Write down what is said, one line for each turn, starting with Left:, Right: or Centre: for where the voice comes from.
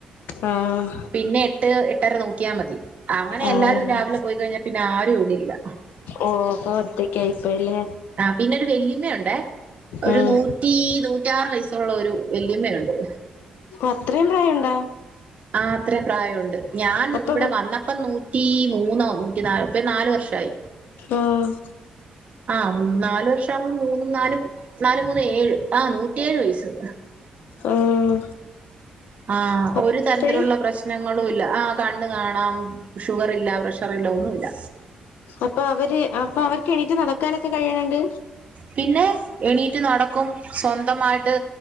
Left: ആഹ്
Right: പിന്നെ - എട്ട് എട്ടര നോക്കിയാൽ മതി അങ്ങനെ
Left: ആണല്ലേ
Right: എല്ലാരും രാവിലെ പോയി കഴിഞ്ഞാൽ പിന്നെ ആരും ഇവിടല്ല
Left: ഓ അപ്പൊ ഒറ്റക്കായിപ്പോയില്ലേ
Right: ആ പിന്നെ ഒരു വെല്ലിയമ്മയുണ്ടേ ഒരു
Left: ഉം
Right: നൂറ്റി നൂറ്റിയാറ് വയസ്സുള്ള ഒരു വല്യമ്മയുണ്ട് ഇവിടെ
Left: അത്രയും പ്രായണ്ടോ
Right: ആ അത്രയും പ്രായണ്ട് ഞാൻ
Left: അപ്പൊ
Right: ഇവിടെ വന്ന പ്പൊ നൂറ്റി മൂന്നോ നൂറ്റി നാലോ ഇപ്പ നാല് വർഷമായി
Left: ആഹ്
Right: ആഹ് നാല് വർഷം ആവുമ്പോ മൂന്നും നാലും നാല് മൂന്ന് ഏഴ് ആ നൂറ്റിയേഴ് വയസ്
Left: ആഹ്
Right: ആഹ്
Left: അപ്പഴ്
Right: ഒരു തരത്തിലുള്ള പ്രശ്നങ്ങളും ഇല്ല ആഹ് കണ്ണ് കാണാം ഷുഗർ ഇല്ല പ്രഷറി ല്ല ഒന്നുംല്ല
Left: അപ്പൊ അവര് അപ്പൊ അവർക്ക് എണീട്ട് നടക്കാനൊക്കെ കഴിയണണ്ട്
Right: പിന്നെ എണീറ്റ് നടക്കും സ്വന്തമായിട്ട്